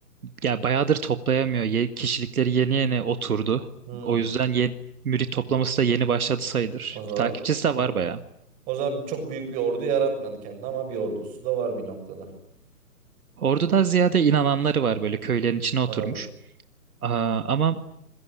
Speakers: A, on the right; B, on the right.
A: ya bayağıdır toplayamıyor. Ye- kişilikleri yeni yeni oturdu.
B: Hmm,
A: O yüzden ye- mürit toplaması da yeni başladı sayılır.
B: o zaman
A: Takipçisi de
B: anladım.
A: var bayağı.
B: O zaman çok büyük bir ordu yaratmadı kendine ama bir ordusu da var bir noktada.
A: Ordu'da ziyade inananları var böyle köylerin içine oturmuş.
B: Anladım.
A: Aa, ama